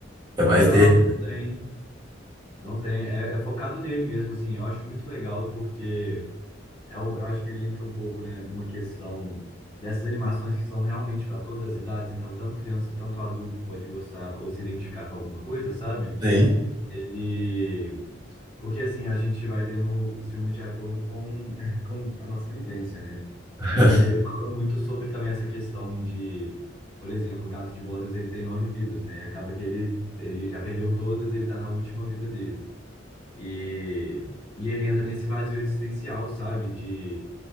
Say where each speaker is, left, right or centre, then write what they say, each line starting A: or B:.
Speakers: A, on the right; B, on the left.
A: É mais
B: Não,
A: dele.
B: não tem. Não tem. É, é focado nele mesmo, assim. Eu acho muito legal porque eu, eu acho que ele entra um pouco, né, numa questão dessas animações que são realmente para todas as idades, então tanto criança, tanto adulto pode gostar ou se identificar com alguma coisa, sabe?
A: Sim.
B: Ele Porque assim, a gente vai vendo os filmes de acordo com, <laughs> com a nossa vivência, né?
A: <laughs>
B: E ele fala muito sobre também essa questão de, por exemplo, o Gato de Botas, ele tem nove vidas, né? E acaba que ele, ele já perdeu todas, ele tá na última vida dele. E, e ele entra nesse vazio existencial, sabe? De